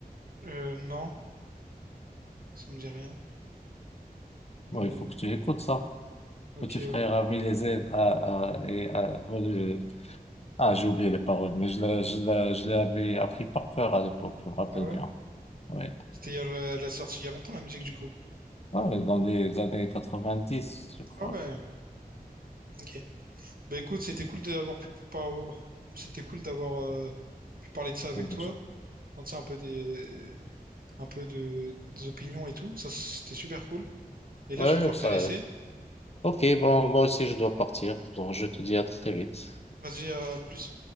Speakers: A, on the right (about 65°); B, on the left (about 40°).
A: Euh, non, ça me dit rien. Mais.
B: Bon, il faut que tu écoutes ça.
A: Ok,
B: Petit frère
A: ouais.
B: a mis les ailes à, à- et a volé Ah, j'ai oublié les paroles, mais je l'ai, je l'ai, je l'avais appris par cœur à l'époque, je me rappelle
A: Ah ouais?
B: bien. Ouais.
A: C'était il y a la, la sortie il y a longtemps la musique du coup.
B: Ouais, dans les années quatre-vingt-dix, je crois.
A: Ah ouais, ok. Bah écoute, c'était cool d'avoir pu par- c'était cool d'avoir euh, pu parler de ça avec
B: Euh,
A: toi.
B: je-
A: Enfin, tu sais, un peu des un peu de des opinions et tout. Ça c'était super cool. Et là,
B: Ouais,
A: je vais devoir
B: ça.
A: te laisser.
B: Ok, bon, moi aussi, je dois partir. Donc, je te dis à très vite.
A: Vas-y, à plus.